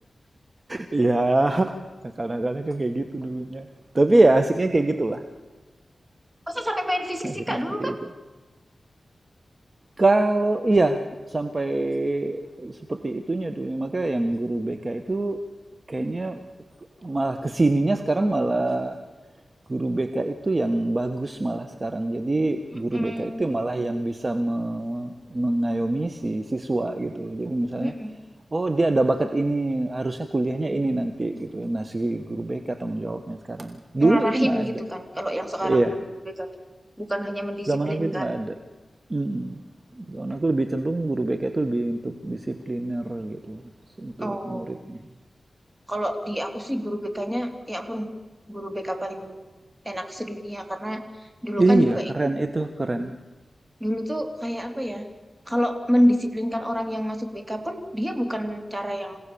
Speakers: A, on the right; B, on the right.
A: Iya, Nah, kadang-kadang kan kayak gitu dulunya. Tapi
B: Hmm.
A: ya asiknya kayak gitulah.
B: Masa sampai main fisik
A: Asiknya
B: fisika
A: seperti
B: dulu, Kak?
A: itu. Kalau iya sampai seperti itunya dulu, maka yang guru BK itu kayaknya Malah kesininya sekarang malah guru BK itu yang bagus malah sekarang. Jadi
B: Mm-mm.
A: guru BK itu malah yang bisa me- mengayomi si siswa gitu loh. Jadi misalnya,
B: Mm-mm.
A: oh dia ada bakat ini, harusnya kuliahnya ini nanti gitu. Nah si guru BK tanggung jawabnya sekarang. Dulu
B: Ngarahin
A: itu nggak ada.
B: gitu kan. Kalau yang sekarang
A: Iya,
B: tuh guru BK tuh. Bukan hanya mendisiplinkan.
A: zaman aku itu nggak ada. Mm-mm. Zaman aku lebih cenderung guru BK itu lebih untuk disipliner gitu, untuk
B: Oh,
A: muridnya.
B: kalau di aku sih guru BK-nya, ya ampun, guru BK paling enak sedunia. Karena dulu
A: Iya,
B: kan juga
A: keren itu, keren.
B: dulu tuh kayak apa ya? Kalau mendisiplinkan orang yang masuk BK pun dia bukan cara yang